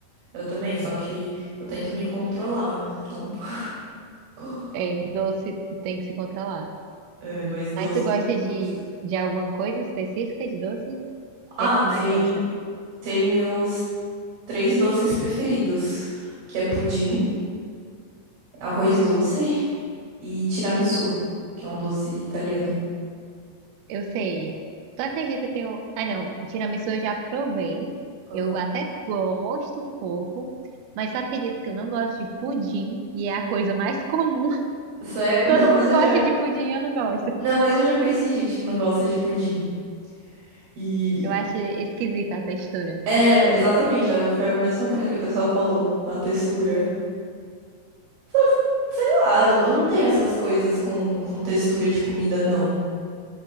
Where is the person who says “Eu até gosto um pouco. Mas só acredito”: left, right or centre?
Right